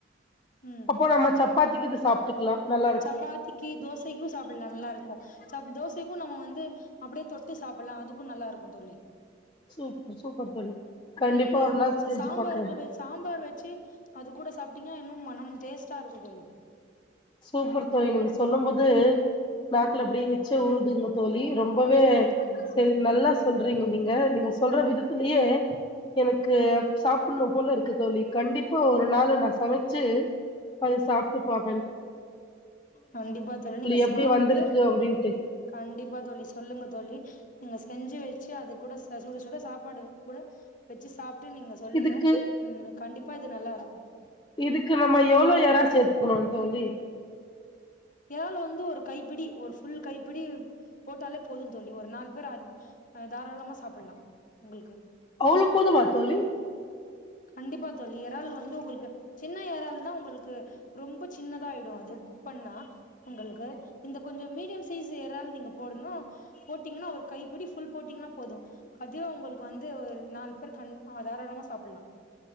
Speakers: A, on the left; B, on the left.
A: ம்
B: அப்போ நம்ம சப்பாத்திக்கு இது சாப்ட்டுக்கலா நல்லா இருக்கு
A: சப்பாத்திக்கு தோசைக்கும் சாப்பிடலா நல்லா இருக்கும் சப் தோசைக்கும் நம்ம வந்து அப்டியே தொட்டு சாப்பிடலாம் அதுக்கு நல்லா இருக்கு தோழி
B: சூப் சூப்பர் தோழி கண்டிப்பா
A: ம் இது
B: ஒரு நாள் செஞ்சு
A: சாம்பாருக்கு
B: பாக்குறே
A: வச் சாம்பார் வச்சு அது கூட சாப் டீங்க இன்னும் மனம் வேஸ்ட்டா இருக்கு தோழி
B: சூப்பர் தோழி நீங்க சொல்லும் போது நாக்கல அப்டியெ எச்சு ஊருதுங்க தோழி இரொம் ரொம்பவே
A: ம்
B: சேரி நல்லா
A: ம்
B: சொல்றீங்க நீங்க நீங்க சொல்ற விதத்திலயே எனக்கு சாப்பிடனு போல இருக்கு க்கு தோழி கண்டிப்பா ஒரு நாள் நான் சமைச்சு அது சாப்ட்டு பாப்ப
A: கண்டிப்பா தோழி நீங்க
B: எப்டி
A: சாப்ட்டு
B: வந்திருக்கு அப்டின்ட்டு
A: கண்டிப்பா தோழி சொல்லுங்க தோழி நீங் செஞ்சு வச்சு அது கூட அ சுட சுட சாப்பாடு கூட வச்சு சாப் டு நீங்க சொல்லுங்க
B: இதுக்கு
A: கண்டிப்பா இது நல்லா இருக்கு அ
B: இதுக்கு நம்ம எவ்ளோ எரா சேர்த்துக்கணு தோழி
A: லால் வந்து ஒரு கைப்பிடி ஒரு ஃபுல் கைப்பிடி போட்டாலே போது தோழி ஒரு நால் பேர் அத் தாராளமா சாப்பிடலா உங்களுக்கு
B: அவ்ளோ போதுமா தோழி
A: கண்டிப்பா தோழி இறால் வந்து உங்களுக்கு சின்ன எறள்னா உங்களுக்கு ரொம்ப சின்னதா ஆயிடு அது குக் பண்ணா உங்களுக்கு இந்த கொஞ்சோ மீடியம் சைஸ் இறால் நீங்க போடனு போட்டீங்கன்னா ஒரு கைப்பிடி ஃபுல் போட்டீங்கன்னா போது அது உங்களுக்கு வந்து ஒரு நாலு பேர் கன் தாராளமா சாப்பிடலா